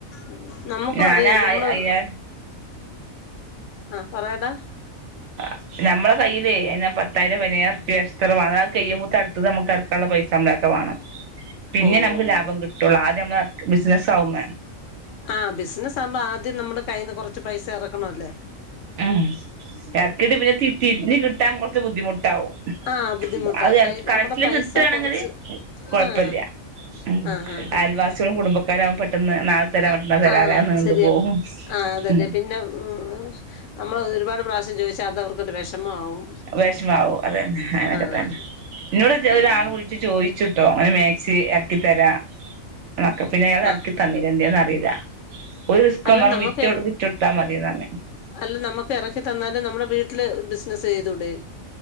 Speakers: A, on the left (about 70°); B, on the right (about 65°).
A: ഉം നമുക്കും
B: ഞാനാ
A: അറിയാം നമ്മുടെ
B: അയ്യാ
A: ആഹ് പറയെടാ
B: ആഹ് നമ്മളെ കയ്യിലേ ആ പത്തായിരം പതിനയ്യായിരം ഉറുപ്പിയ എക്സ്ട്രാ വേണം ഇന്നാ അത് കയ്യുമ്പോത്ത് അടു ത്തത് നമ്മക്ക് എറക്കാള്ള പൈസ നമ്മളേക്കെ വാണം പിന്നെ
A: ഓഹ്
B: നമ്മക്ക് ലാഭം കിട്ടൊള്ളൂ ആദ്യം നമ്മള് എറ ബിസിനസ്സാവുമ്പേ
A: ആഹ് ബിസിനസ്സാകുമ്പോ ആദ്യം നമ്മുടെ കയ്യിന്ന് കൊറച്ച് പൈസ എറക്കണം അല്ലേ?
B: ഉം എറക്കിയിട്ട് പിന്നെ തീ തിരിഞ്ഞ് കിട്ടാൻ കൊറച്ച് ബുദ്ധിമുട്ടാവും
A: ആഹ് ബുദ്ധിമുട്ടാ
B: അഹ് ചെല
A: കയ്യിൽ
B: കറക്റ്റില്
A: നമ്മടെ പൈസ
B: കിട്ടാണെങ്കില്
A: കൊറച്ച്
B: കൊഴപ്പല്ല്യ
A: ആഹ്
B: ഉം
A: ആഹ് ആഹ്
B: അയൽവാസികളും
A: ആഹ്
B: കുടുംബക്കാരും ആകുമ്പം പെട്ടെന്ന് നാളെ തരാം
A: ആഹ്
B: മറ്റന്നാൾ തരാം
A: ആ
B: പറയാതെ നീണ്ടു
A: ശരിയാ
B: പോകും
A: ആ അതന്നെ
B: ഉം
A: പിന്നെ ഉം നമ്മളത് ഒരുപാട് പ്രാവിശ്യം ചോദിച്ചാ അത് അവർക്കൊരു വെഷമാവും
B: വെഷമാവും അതെ തന്നെ അങ്ങനൊക്കെ
A: ആഹ്
B: തന്നെ ഇന്നോട്
A: ആഹ്
B: ഒരാള് വിളിച്ച് ചോയിച്ചിട്ട് കേട്ടോ അങ്ങനെ മാക്സി എറക്കി തരാം എന്നക്കെ പിന്നെ അയാള് എറക്കി
A: ആഹ്
B: തന്നില എന്തേന്ന് അറീല്ല ഒരു റിസ്ക്കും
A: അല്ല
B: <unintelligible>
A: നമ്മക്ക്
B: വി വിറ്റു കൊടുത്താ മതീന്നു പറഞ്ഞു
A: അല്ല നമുക്ക് എറക്കി തന്നാല് നമ്മുടെ വീട്ടില് ബിസിനസ്സ് ചെയ്തൂടെ?